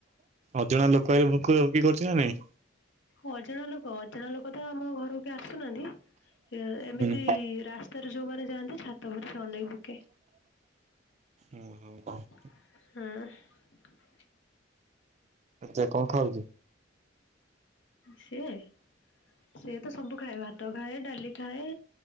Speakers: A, on the right; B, on the left.
A: ଅଜଣା ଲୋକ ଆଇଲେ ଭୋକା ଭୋକି କରୁଛି ନା ନାଇଁ?
B: ଅଜାଣା ଲୋକ ଅଜଣା ଲୋକ ତ ଆମ ଘରକୁ କିଏ ଆସୁନାହାନ୍ତି। ଏ ଏମିତି
A: ହୁଁ।
B: ରାସ୍ତାରେ ଯୋଉମାନେ ଯାଆନ୍ତି ଛାତ ଉପରେ ସେ ଅନେଇକି ଭୁକେ।
A: ଅ ହୋ।
B: ହୁଁ।
A: ଆଚେ କଁ ଖାଉଚୁ।
B: ସିଏ। ସିଏ ତ ସବୁ ଖାଏ ଭାତ ଖାଏ ଡାଲି ଖାଏ।